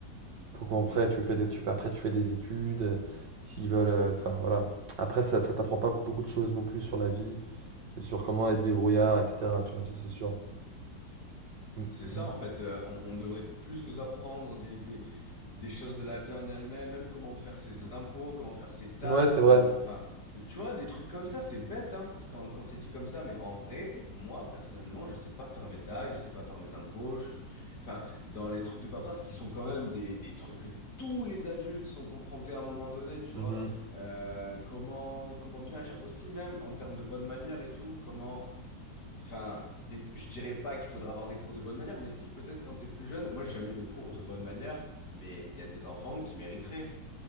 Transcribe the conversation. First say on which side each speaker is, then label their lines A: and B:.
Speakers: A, on the right; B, on the left.
A: pour qu'après
B: Mm.
A: tu fais des, tu fais, après tu fais des études, euh, qui veulent, euh, enfin voilà. Après, ça, ça t'apprend pas beaucoup de choses non plus sur la vie, et sur comment être débrouillard, etc. Tu vois, ça c'est sûr. Mm,
B: C'est ça
A: mm.
B: en fait, euh, on, on devrait plus nous apprendre des, des, des choses de la vie en elle-même, même comment faire ses impôts, comment faire ses taxes,
A: Ouais, c'est vrai.
B: comment, enfin, tu vois, des trucs comme ça, c'est bête, hein, quand, quand c'est dit comme ça, mais en vrai, moi, personnellement, je sais pas faire mes taxes, je sais pas faire mes impôts, je suis, enfin, dans les trucs de paperasse qui sont quand même des, des trucs que tous les adultes sont confrontés à un moment donné, tu vois,
A: Mhm.
B: Euh, comment, comment bien agir aussi même en termes de bonne manière et tout, comment, Enfin, des- je dirais pas qu'il faudra avoir des cours de bonne manière, mais si, peut-être quand t'es plus jeune. Moi, j'ai jamais eu de cours de bonne manière, mais il y a des enfants qui mériteraient.